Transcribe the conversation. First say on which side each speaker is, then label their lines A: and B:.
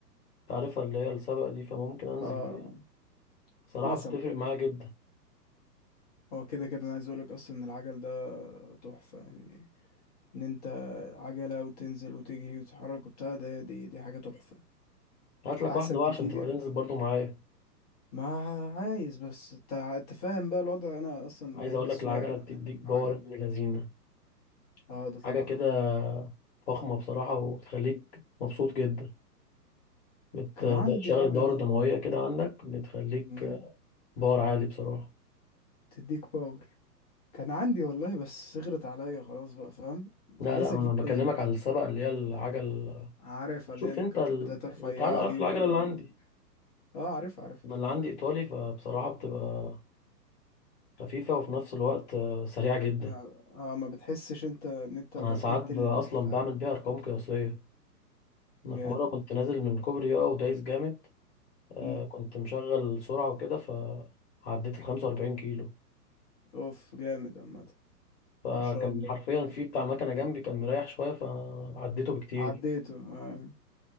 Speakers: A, on the left (about 40°); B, on the left (about 25°).
A: تعرفها اللي هي السبق دي فممكن انزل
B: اه
A: بيها صراحه
B: مثلا
A: بتفرق معايا جدا
B: هو كده كده انا عايز اقولك اصلا ان العجل ده تحفة يعني ان انت عجلة وتنزل وتجري وتتحرك وبتاع ده دي دي حاجة تحفة
A: هات لك
B: احسن
A: واحده بقى
B: كتير
A: عشان تبقى تنزل برضو معايا
B: ما عايز بس انت انت فاهم بقى الوضع انا اصلا
A: عايز
B: بحب
A: اقول
B: السواقة
A: لك العجله بتديك
B: عن العجل
A: باور ابن لذينه
B: اه ده طبعا
A: حاجه كده فخمه بصراحه وبتخليك مبسوط جدا بتشغل
B: كان عندي عجلة
A: الدوره الدمويه كده عندك بتخليك
B: مم.
A: باور عالي بصراحه
B: تديك باور كان عندي والله بس صغرت عليا خلاص بقى فاهم
A: لا
B: عايز
A: لا
B: اجيب
A: انا بكلمك
B: تاني
A: على السبق اللي هي العجل
B: عارف اللي
A: شوف
B: هي الكاوتشات
A: انت ال...
B: بتاعتها الرفيعة
A: انت عارف
B: دي وال
A: العجله اللي عندي
B: اه عارف عارف
A: انا اللي عندي ايطالي فبصراحه بتبقى خفيفه وفي نفس الوقت آه، سريعه جدا
B: ما اه ما بتحسش انت ان انت
A: انا
B: بتبدل
A: ساعات ب- اصلا
B: ف-
A: بعمل بيها ارقام قياسيه انا
B: جامد
A: في مره كنت نازل من كوبري اه ودايس جامد آه،
B: مم.
A: كنت مشغل سرعة وكده فعديت ال 45 كيلو
B: اوف جامد عامة
A: فكان
B: ما شاء الله
A: حرفيا في بتاع مكنة جنبي كان مريح شوية فعديته بكتير
B: عديته آه.